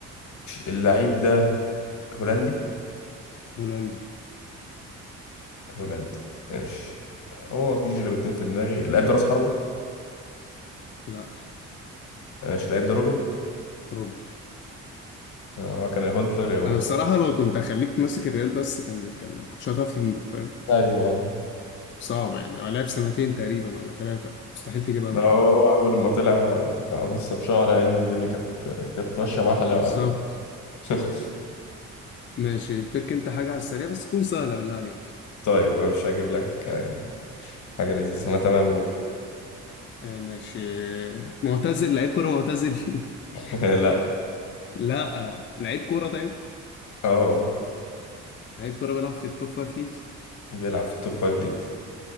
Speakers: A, on the left; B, on the left.
A: اللاعب ده هولندي
B: هولندي
A: هولندي ماشي هو مفيش غير اتنين في دماغي اللاعب ده راس حربة
B: لا
A: ماشي اللاعب ده روبن
B: روبن
A: آه، كان هونتلر هو
B: انا بصراحه لو كنت هخليك ماسك الريال بس كان كان كنتش هتعرف تجيبه فاهم
A: ايوه
B: صعب يعني هو لعب سنتين تقريبا ولا ثلاثه فمستحيل تجيبها من
A: لا،
B: الريال
A: هو هو أول لما طلع كان عن لسه بشعر يعني الدنيا كانت كانت ماشية مع حلاوة
B: بالظبط
A: <laughs>
B: ماشي تك انت حاجه على السريع بس تكون سهله بالله عليك
A: طيب مش هجيب لك حاجة لذيذة أنا تمام روح
B: آه ماشي معتزل لعيب كوره معتزل <laughs>
A: <laughs> لا
B: لا لعيب كوره طيب
A: اه
B: لعيب كرة بيلعب في التوب فايف ليجز
A: بيلعب في التوب فايف ليجز